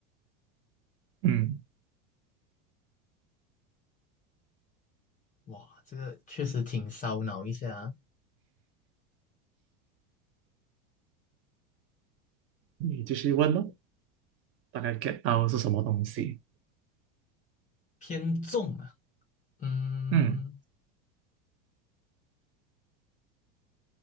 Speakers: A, on the right (about 35°); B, on the left (about 20°).
A: 嗯，
B: 哇，这个确实挺烧脑一下啊
A: 你继续问咯，大概 get 到是什么东西？
B: 偏重啊。嗯，
A: 嗯，